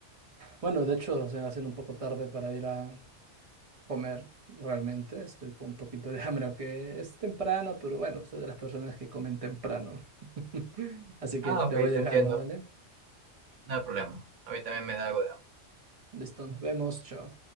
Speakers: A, on the right; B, on the right.
A: Bueno, de hecho, se me va haciendo un poco tarde para ir a comer realmente. Estoy con un poquito de <laughs> hambre, aunque es temprano, pero bueno, soy de las personas que comen temprano. <laughs> Así que
B: Ah,
A: te
B: ok,
A: voy dejando,
B: te entiendo,
A: ¿vale?
B: no hay problema. A mí también me da algo de
A: Listo, nos vemos, chao.